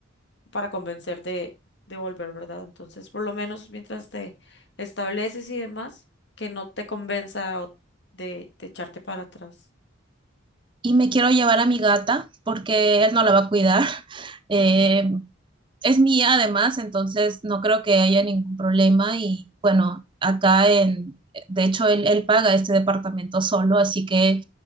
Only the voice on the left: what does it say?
para convencerte de, de volver, ¿verdad? Entonces, por lo menos mientras te estableces y demás, que no te convenza o de, de echarte para atrás.